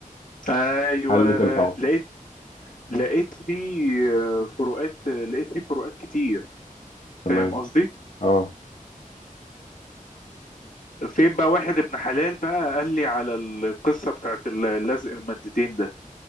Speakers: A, on the left; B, on the left.
A: ايوه
B: حلة الحوض
A: لقيت لقيت فيه فروقات لقيت فيه فروقات كتير فاهم
B: تمام
A: قصدي
B: اه
A: فين بقى واحد ابن حلال بقى قال لي على القصة بتاعت اللزق المادتين ده